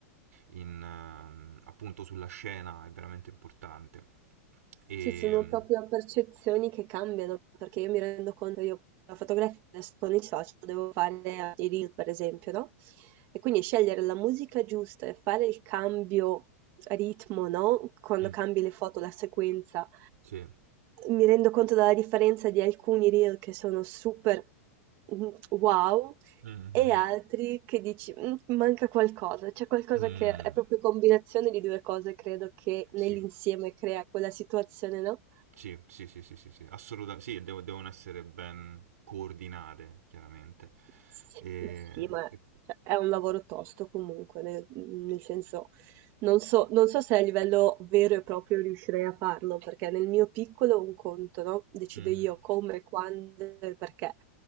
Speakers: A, on the right; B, on the right.
A: in, ehm, appunto sulla scena è veramente importante. E...
B: Sì, sono proprio percezioni che cambiano, perché io mi rendo conto, io la fotografia adesso con i social devo fare anche i reel, per esempio, no, e quindi scegliere la musica giusta e fare il cambio ritmo, no, quando
A: Mm,
B: cambi le foto, la sequenza,
A: sì.
B: mi rendo conto della differenza di alcuni reel che sono super, mhmm, wow,
A: Mm, mm,
B: E
A: mm,
B: altri che dici: "Mh, manca qualcosa", c'è qualcosa
A: mm. Mm,
B: che è proprio combinazione di 2 cose, credo, che
A: Sì,
B: nell'insieme crea quella situazione, no?
A: sì, sì, sì, sì, sì, sì. assolutamente. Sì, devo- devono essere ben coordinate, chiaramente.
B: S
A: E...
B: sì, ma
A: e-
B: cioè, è un lavoro tosto comunque, nel nel senso, non so non so se a livello vero e proprio riuscirei a farlo, perché nel mio piccolo un conto, no, decido
A: Mhm,
B: io come, quando e perché.